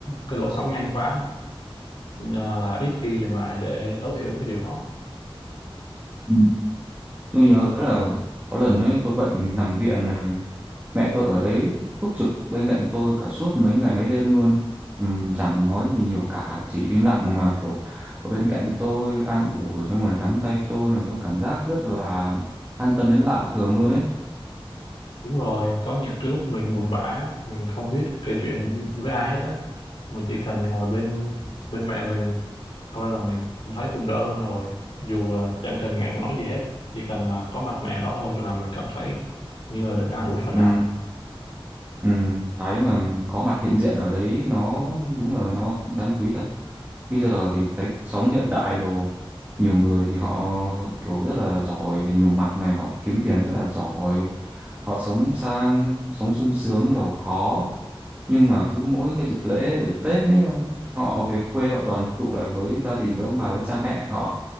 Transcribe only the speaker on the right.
Ừ. Tôi nhớ là có lần ấy tôi bệnh nằm viện này, mẹ tôi ở đấy túc trực bên cạnh tôi cả suốt mấy ngày mấy đêm luôn. Ừm, chẳng nói gì nhiều cả, chỉ im lặng mà kiểu ở bên cạnh tôi an ủi xong rồi nắm tay tôi là tôi cảm giác rất là an tâm đến lạ thường luôn ấy.
Ừm,
ừm, cái mà có mặt hiện diện ở đấy nó đúng là nó đáng quý thật. bây giờ thì thấy cuộc sống hiện đại đồ nhiều người thì họ kiểu rất là giỏi về nhiều mặt này họ kiếm tiền rất là giỏi họ sống sang sống sung sướng giàu có nhưng mà cứ mỗi cái dịp lễ rồi Tết ấy ờ, họ về quê họ đoàn tụ lại với gia đình với ông bà với cha mẹ họ